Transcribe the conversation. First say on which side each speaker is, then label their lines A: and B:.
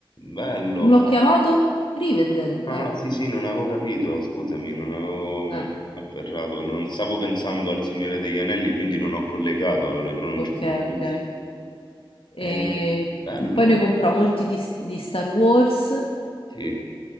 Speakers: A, on the left; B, on the left.
A: Bello,
B: come
A: ma...
B: l'ho chiamato? Rivendell.
A: No,
B: Eh,
A: no, sì, sì, non avevo capito, scusami, non avevo mm,
B: eh.
A: afferrato, non stavo pensando al Signore degli Anelli, quindi non ho collegato, l'hai pronunciato
B: Ok,
A: benissimo.
B: ok. E
A: Eh, bello,
B: poi ne compra molti di, di Star Wars
A: sì,